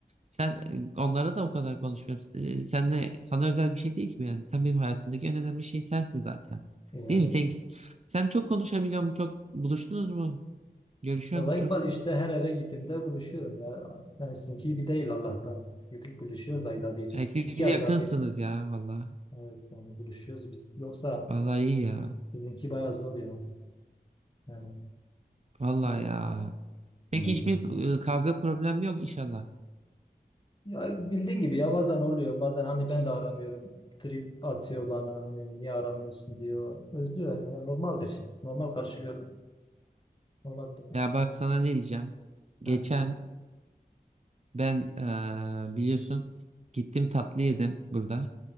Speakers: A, on the right (about 40°); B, on the left (about 30°).
A: Sen e, onlara da o kadar konuşmuyorum. E, Sen de sana özel bir şey değil ki bu yani. Sen benim hayatımdaki en önemli şey sensin zaten.
B: E, Yani,
A: Değil mi? Sen, sen çok konuşabiliyor musun? Çok buluştunuz mu? Görüşüyor
B: valla
A: musun
B: İkbal
A: çok?
B: işte her eve gittiğimde buluşuyorum ya. Yani sizinki gibi değil Allah'tan. Çünkü Biz buluşuyoruz ayda bir.
A: Yani siz
B: iki ayda
A: yakınsınız
B: bir.
A: ya valla.
B: Evet yani buluşuyoruz biz. Yoksa
A: Vallahi iyi ya.
B: sizinki bayağı zor ya. Yani
A: Vallahi
B: ne diyeyim.
A: ya. Peki
B: Hmm.
A: hiçbir e, kavga problemi yok inşallah.
B: Ya bildiğin gibi ya bazen oluyor bazen hani ben de aramıyorum trip atıyor bana hani niye aramıyorsun diyor özlüyor yani ya normaldir normal karşılıyorum olabilir yani
A: Ya bak sana ne diyeceğim. Geçen
B: Heh.
A: ben e, biliyorsun gittim tatlı yedim burada.